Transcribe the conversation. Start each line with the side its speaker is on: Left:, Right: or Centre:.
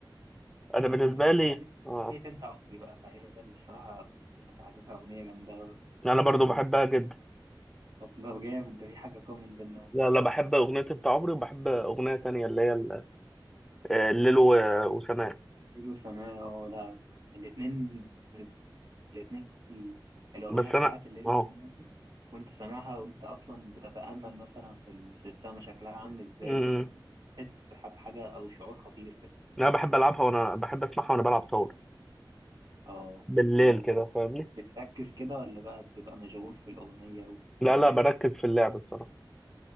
Centre: انا بالنسبه
Right: فكنا شغالين
Centre: لي اه
Right: اغنيه انت عمري بقى فهي اللي الصراحه حاسسها اغنيه جامده
Centre: يعني انا برضو
Right: والدنيا
Centre: بحبها جدا
Right: طب ده جامد ده في حاجة كومن بينا اهو
Centre: لا لا بحب اغنيه انت عمري وبحب اغنيه تانية اللي هي ال- آه، الليل و- وسماء
Right: ليل وسماء اه لا الاتنين الاتنين الأغنية
Centre: بس
Right: بتاعت
Centre: انا
Right: الليل
Centre: اه
Right: وسماء دي، وأنت سامعها وأنت أصلا بتتأمل مثلا في ال... في السما شكلها عامل إزاي
Centre: أمم.
Right: الدنيا بتحس بحاجة أو شعور خطير كده
Centre: انا بحب العبها وانا بحب اسمعها وانا بلعب طاوله
Right: اه
Centre: بالليل
Right: ده
Centre: كده فاهمني
Right: بتركز كده ولا بقى بتبقى مشغول في الأغنية و-
Centre: لا
Right: ولا
Centre: لا
Right: إيه؟
Centre: بركز في اللعب الصراحه